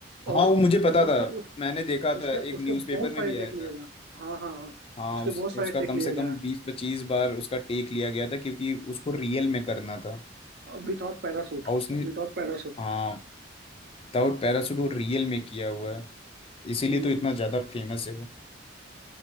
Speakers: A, on the right (about 60°); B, on the left (about 30°).
A: और
B: हाँ वो मुझे पता
A: उसका
B: था
A: उ-
B: मैंने देखा
A: उसके
B: था एक
A: उसके
B: न्यूज़पेपर
A: बहुत
B: में
A: सारे
B: भी
A: टेक
B: आया था
A: लिए गए हैं हाँ हाँ हाँ
B: हाँ
A: उसके
B: उस
A: बहुत सारे
B: उसका
A: टेक
B: कम
A: लिए
B: से कम
A: गए हैं
B: बीस पच्चीस बार उसका टेक लिया गया था क्योंकि उसको रियल में करना था
A: Without parachute
B: और उसने
A: Without parachute
B: हाँ विदाउट पैराशूट वो रियल में किया हुआ है इसीलिए
A: हम्म
B: तो इतना ज्यादा फेमस है वो